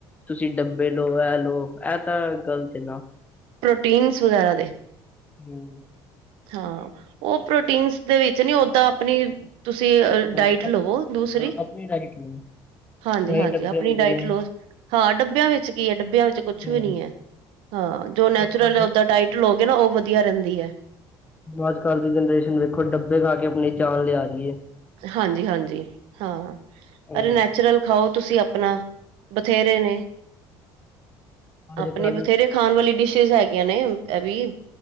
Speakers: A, on the left; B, on the right.
A: ਤੁਸੀਂ ਡੱਬੇ ਲਓ, ਇਹ ਲਓ, ਇਹ ਤਾਂ ਗਲਤ ਨਾ
B: ਪ੍ਰੋਟੀਨਸ ਵਗੈਰਾ ਦੇ
A: ਹਮ।
B: ਹਾਂ, ਉਹ ਪ੍ਰੋਟੀਨਸ ਦੇ ਵਿੱਚ ਨੀ, ਓਦਾਂ ਆਪਣੀ ਤੁਸੀਂ ਡਾਇਟ
A: ਅ
B: ਲਵੋ
A: ਆਪਣੇ ਅ
B: ਦੂਸਰੀ
A: ਆਪਣੀ ਡਾਇਟ ਨੂੰ
B: ਹਾਂਜੀ
A: ਕਈ
B: -ਹਾਂਜੀ
A: ਡੱਬੇ
B: ਆਪਣੀ
A: ਹੁੰਦੇ
B: ਡਾਇਟ
A: ਨੇ
B: ਲੋ, ਹਾਂ ਡੱਬਿਆਂ ਵਿੱਚ ਕੀ ਹੈ, ਡੱਬਿਆਂ ਵਿੱਚ ਕੁਛ
A: ਹੂੰ
B: ਵੀ ਨੀ ਹੈ ਹਾਂ, ਜੋ ਨੈਚੁਰਲ
A: ਅੱਜ ਕੱਲ ਦੇ
B: ਓਦਾਂ ਡਾਇਟ ਲੋਗੇ ਨਾ, ਉਹ ਵਧੀਆ ਰਹਿੰਦੀ ਹੈ।
A: ਅੱਜ ਕੱਲ੍ਹ ਦੀ ਜਨਰੇਸ਼ਨ ਵੇਖੋ, ਡੱਬੇ ਖਾ ਕੇ ਆਪਣੀ ਜਾਨ ਲਿਆ ਰਹੀ ਹੈ।
B: ਹਾਂਜੀ ਹਾਂਜੀ ਹਾਂ,
A: ਹੂੰ
B: ਅਰੇ ਨੈਚੁਰਲ ਖਾਓ ਤੁਸੀਂ ਆਪਣਾ, ਬਥੇਰੇ ਨੇ,
A: ਅੱਜ
B: ਆਪਣੀ
A: ਕੱਲ
B: ਬਥੇਰੇ ਖਾਣ ਵਾਲੀ ਡਿਸ਼ਿਿਸ ਹੈਗੀਆਂ ਨੇ ਇਹ ਵੀ,